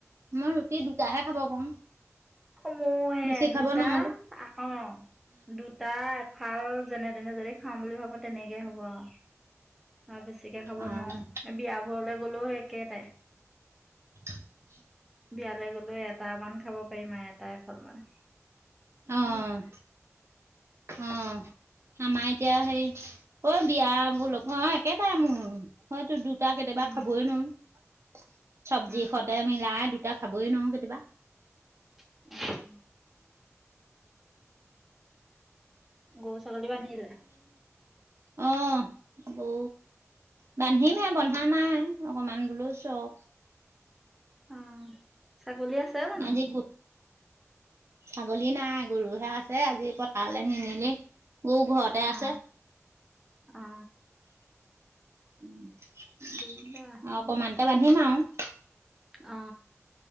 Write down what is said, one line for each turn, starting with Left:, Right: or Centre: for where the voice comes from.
Right: মই ৰুটি দুটাহে খাব পাৰো
Centre: মই
Right: বেছি
Centre: হে দুটা
Right: খাব নোৱাৰো
Centre: অ দুটা এফাল যেনে তেনে যেনে খাম বুলি ভাবো তেনেকে হ'ব আৰু আৰু বেছিকে খাব
Right: অঁ
Centre: নোৱাৰো বিয়াবোৰলে গ'লোও একেটাই
Right: <unintelligible>
Centre: বিয়ালৈ গলেও এটা মান খাব পাৰিম আৰু এটা এফাল মান
Right: অঁ অঁ অঁ আমাৰ এটি এতিয়া হেই ঐ বিয়া বোলো অ একেটাই মো হয়তো দু দুটা কেতিয়াবা
Centre: উম
Right: খাবই নোৱাৰো চব্জি
Centre: উম
Right: সতে মিলাই দুটা খাবই নোৱাওঁ কেতিয়াবা
Centre: উম গৰু ছাগলী বান্ধিলে
Right: অ আবৌ বান্ধিমে বন্ধা নাই অকমান বোলো চক
Centre: অ ছাগলী আছে জানো
Right: আজি গ ছাগলী নাই গৰুহে আছে আজি পথালৈ নিনিলেই মোৰ ঘৰতে
Centre: অ
Right: আছে
Centre: অ
Right: উ আৰু
Centre: দিগদাৰ এইবোৰ।
Right: অকমানতে বান্ধিম আৰু
Centre: অ